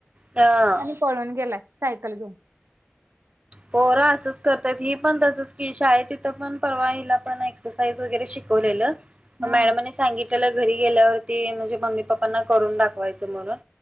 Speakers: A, on the right; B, on the right.
A: अ
B: आणि पळून गेलाय, सायकल घेऊन.
A: पोरं, असंच करतायत ही पण तसंच की, शाळेत तिथं पण परवा हिला पण, एक्सरसाईज वगैरे शिकवलेलं.
B: हा
A: मॅडमांनी सांगितलेलं, घरी गेल्यावरती म्हणजे मम्मी- पप्पांना करून दाखवायचं म्हणून.